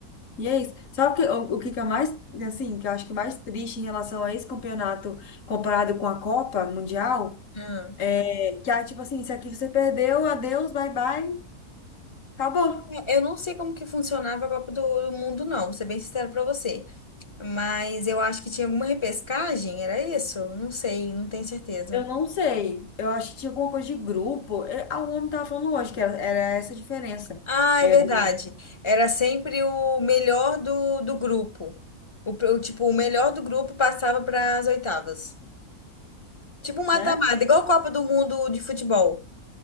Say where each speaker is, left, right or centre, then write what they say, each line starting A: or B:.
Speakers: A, on the left; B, on the left.
A: E é isso. Sabe o que, o, o que que é mais, assim, que eu acho que é mais triste em relação a esse campeonato comparado com a Copa Mundial?
B: Ah.
A: É que, ah, tipo assim, se aqui você perdeu, adeus, bye bye, acabou.
B: É, Eu não sei como que funcionava a Copa do do Mundo, não, vou ser bem sincero pra você. Mas eu acho que tinha alguma repescagem, era isso? Não sei, não tenho certeza.
A: Eu não sei. Eu acho que tinha alguma coisa de grupo. Eu, ah, o homem tava falando hoje que era, era essa a diferença.
B: Ah,
A: É
B: é verdade.
A: do,
B: Era sempre o melhor do, do grupo. O, pr- o, tipo, o melhor do grupo passava para as oitavas. Tipo um mata-mata,
A: né?
B: igual a Copa do Mundo de futebol.